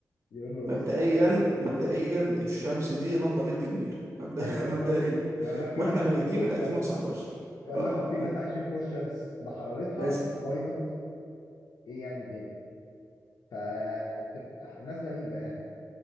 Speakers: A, on the left; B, on the right.
A: يقول له
B: مبدئيا
A: ايه السؤال؟
B: مبدئيا الشمس دي لمبه ليد كبيره مبدأ
A: ايوه
B: <laughs> مبدئيا
A: يقول لك في
B: واحنا
A: ناس عايشين
B: ميتين
A: فوق
B: من
A: الشمس
B: 2019
A: يقول
B: اه
A: لك اه في ناس عايشين فوق الشمس بحرارتها
B: مثلا
A: واي نوت ايه يعني دي فتبقى ناس غريبة يعني